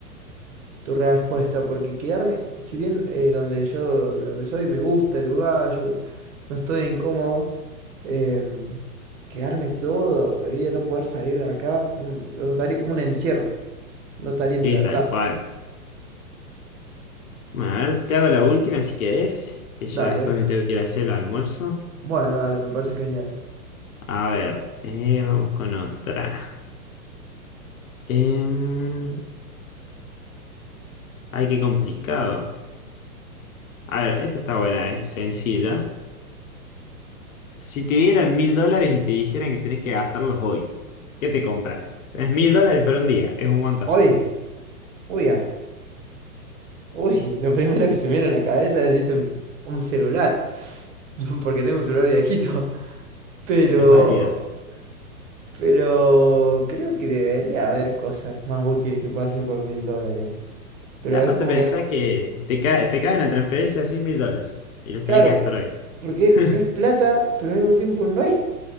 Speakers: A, on the right (about 55°); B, on the left (about 60°).
A: tu respuesta, porque quedarme, si bien eh, donde yo, de donde soy, me gusta el lugar, yo no estoy incómodo, em, quedarme toda la vida, no poder salir de acá, mm, lo notaría como un encierro. No estaría en libertad.
B: Sí, tal cual. Bueno, a ver, te hago la última si querés, que
A: Dale.
B: ya después me tengo que ir a hacer el almuerzo.
A: Bueno, dale, me parece genial.
B: A ver, eh, vamos con otra. Em, ay, qué complicado. A ver, esta está buena, es sencilla. Si te dieran mil dólares y te dijeran que tenés que gastarlos hoy, ¿qué te compras? Es mil dólares por un día, es un montón,
A: Hoy, uy, ah, uy, <laughs> lo primero que se me viene a la cabeza es decirte un, un celular. <laughs> Porque tengo un celular viejito. <laughs> Pero,
B: es válida.
A: pero creo que debería haber cosas más útiles que pueda hacer con mil dólares. Pero
B: Aparte
A: es como
B: pensá
A: que,
B: que te cae, te cae en la transferencia así mil dólares y los
A: claro,
B: tenés que gastar hoy.
A: porque
B: <laughs>
A: es plata, pero al mismo tiempo no es